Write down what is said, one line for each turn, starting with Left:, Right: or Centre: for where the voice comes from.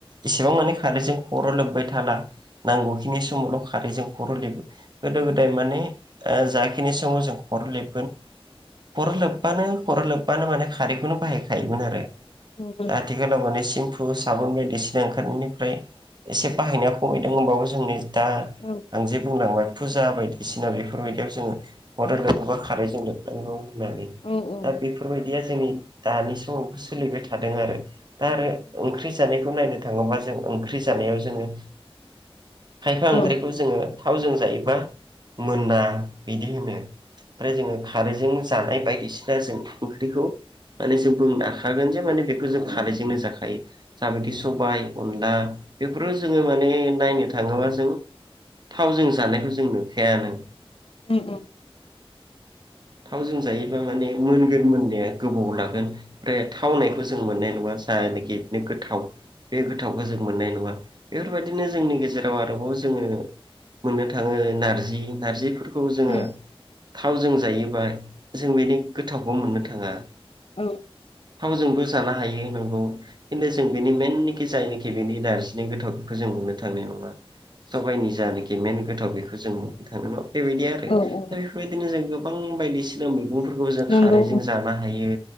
Right: एसेबां माने खारैजों खर लोबबाय था ला नांगौहिनाय समावल खारैजों खर लोबो गोदो गोदाय माने जाखिनि समाव जों खर लेबगोन खर लोबबानो खर लोबबानो माने खारैखौनो बाहायखायोमोन आरो
Left: औ
Right: दा
Left: औ
Right: आथिखालाव माने सेम्फु साबुन बायदिसिना ओंखारनायनिफ्राय एसे बाहायनाया खमिदों होनबाबो जोंनि दा
Left: औ
Right: आंजे बुंलांबाय फुजा बायदिसिना बेफोरबायदियाव जोङो खर लोबोबा खारैजों लोबनांगौ होननानै
Left: औ
Right: दा बेफोरबायदिया जोंनि दानि समावबो सोलिबाय थादों आरो दा आरो ओंख्रि जानायखौ नायनो थाङोब्ला जों ओंख्रि जानायाव जोङो खायफा
Left: औ
Right: ओंख्रिखौ जोङो थावजों जायोबा मोना बिदि होनो ओमफ्राय जोङो खारैजों जानाय बायदिसिना जों ओंख्रिखौ माने जों बुंनो हाखागोन जे माने बेखौ जों खाजोंनो जाखायो जाबायदि सबाय अनला बेफोर जोङो माने नायनो थाङोबा जों थावजों जानायखौ जों नुखायानो
Left: उम उम
Right: थावजों जायोबा माने मोनगोन मोननाया गोबाव लागोन ओमफ्राय थावनायखौ जों मोननाय नङा जायानखि बिदिनो गोथाव बे गोथावखौ जों मोननाय नङा बेफोरबायदिनो जोंनि गेजेराव आरोबाव जोङो मोननो थाङो नारजि नारजिफोरखौ
Left: उम
Right: जोङो थावजों जायोबा जों बेनि गोथावखौ मोननो थाङा
Left: औ
Right: थावजोंबो जानो हायो नोंगौ खिन्थु जों बेनि मेननिखि जायनिखि बेनि नार्जिनि गोथाव बेखौ जों बुंनो थांनाय नङा सबाइनि जानखि मेन गोथाव बेखौ जों बुंनो थाङोल बेबायदि आरो दा
Left: औ उम
Right: बेफोरबायदिनो जों गोबां बायदिसिना मैगंफोर खौ जों
Left: नंगौ
Right: खारैजों जानो हायो